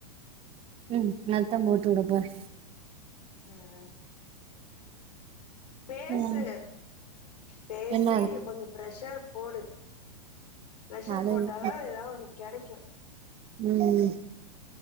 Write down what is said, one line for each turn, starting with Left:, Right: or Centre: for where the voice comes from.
Right: ம் அதத்தா போட்டு வுட போறே
Left: ஆ ஆ பேசு
Right: ம்
Left: பேசி
Right: என்ன
Left: கொஞ்ச பிரெஷர் போடு ப்ரெஷர்
Right: அழகு
Left: போட்டாதா ஏதா ஒன்னு கெடைக்கு
Right: ம்